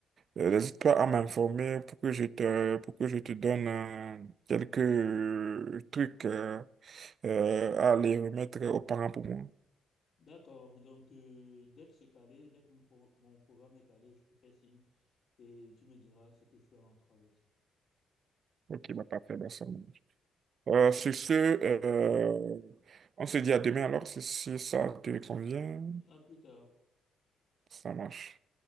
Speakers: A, on the right (about 55°); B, on the left (about 55°).
A: euh, n'hésite pas à m'informer pour que je te, pour que je te donne euh, quelques euh, trucs euh, euh, à aller remettre aux parents pour moi.
B: D'accord. Donc, euh, dès que c'est calé, dès que mon, pro- mon programme est calé, je te fais signe et tu me diras ce que je dois rentrer avec.
A: Ok, bah parfait, bah ça marche. Euh, sur ce, euh, on se dit à demain alors, si, si ça te convient,
B: À plus tard.
A: ça marche.